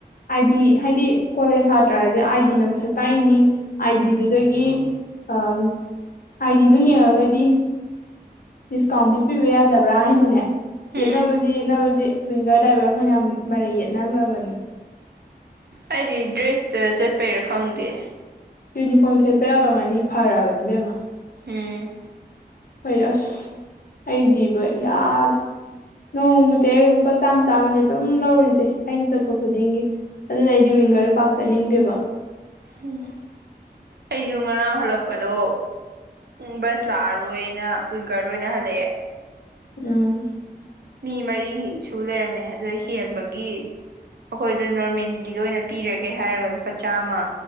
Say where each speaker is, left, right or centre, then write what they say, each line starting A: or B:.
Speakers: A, on the left; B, on the right.
A: ꯑꯥꯏ ꯗꯤ ꯍꯥꯏꯗꯤ ꯀꯣꯂꯦꯖ ꯁꯥꯇ꯭ꯔꯁꯦ ꯑꯥ ꯑꯥꯏꯗꯤꯅ ꯑꯃꯁꯨ ꯄꯥꯏꯅꯤ ꯑꯥꯏ ꯗꯤꯗꯨꯗꯒꯤ ꯑꯝ ꯑꯥꯏꯗꯤꯗꯨ ꯌꯦꯡꯉꯒꯗꯤ ꯗꯤꯁꯀꯥꯎꯟ ꯄꯤꯕꯤꯕ ꯌꯥꯗꯕ꯭ꯔꯥ ꯍꯥꯏꯅꯅꯦ ꯌꯦꯠꯅꯕꯁꯤ
B: ꯎꯝ
A: ꯌꯦꯠꯅꯕꯁꯤ ꯋꯤꯡꯒꯔ ꯗ꯭ꯔꯥꯏꯚꯔ ꯐꯅꯌꯥꯝ ꯃꯔꯩ ꯌꯦꯠꯅꯈ꯭ꯔꯕꯅꯦ
B: ꯑꯩꯗꯤ ꯗ꯭ꯔꯦꯁꯇ ꯆꯠꯄꯩꯔꯥ ꯈꯪꯗꯦ
A: ꯌꯨꯅꯤꯐꯣꯔꯝ ꯁꯦꯠꯄ ꯑꯣꯏꯔꯝꯒꯅꯤ ꯐꯔꯕꯅꯤ ꯏꯕꯦꯝꯃ
B: ꯎꯝ
A: ꯍꯣꯏ ꯑꯁ ꯑꯩꯗꯤꯕ ꯌꯥꯗꯦ ꯅꯣꯡꯃꯇꯍꯦꯛ ꯂꯨꯄꯥ ꯆꯥꯝꯃ ꯆꯥꯝꯃꯅꯦ ꯑꯗꯨꯝ ꯂꯧꯔꯤꯁꯦ ꯑꯩꯅ ꯆꯠꯄ ꯈꯨꯗꯤꯡꯒꯤ ꯑꯗꯨꯅ ꯑꯩꯗꯤ ꯋꯤꯡꯒꯔ ꯄꯥꯛ ꯆꯠꯅꯤꯡꯗꯦꯕ
B: ꯎꯝ ꯑꯩꯁꯨ ꯉꯔꯥꯡ ꯍꯜꯂꯛꯄꯗꯣ ꯎꯝ ꯕꯁ ꯂꯥꯛꯑꯔꯣꯏꯅ ꯋꯤꯡꯒꯔꯗ ꯑꯣꯏꯅ ꯍꯜꯂꯛꯑꯦ
A: ꯎꯝ
B: ꯃꯤ ꯃꯔꯤ ꯁꯨ ꯂꯩꯔꯝꯃꯦ ꯑꯗꯨꯏ ꯍꯦꯟꯕꯒꯤ ꯑꯩꯈꯣꯏꯗꯣ ꯅꯣꯔꯃꯦꯜꯒꯤꯗ ꯑꯣꯏꯅ ꯄꯤꯔꯒꯦ ꯍꯥꯏꯔꯒ ꯂꯨꯄꯥ ꯆꯥꯝꯃ